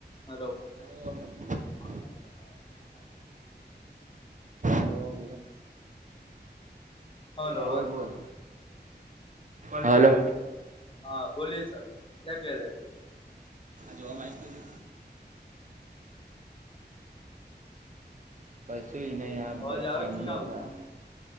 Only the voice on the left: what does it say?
હલો,
<unintelligible>
હલો
હલો
હા, બોલીયે સર ક્યાં કેહ રેહે હે
અવાજ
આવે કે નહી
આવતો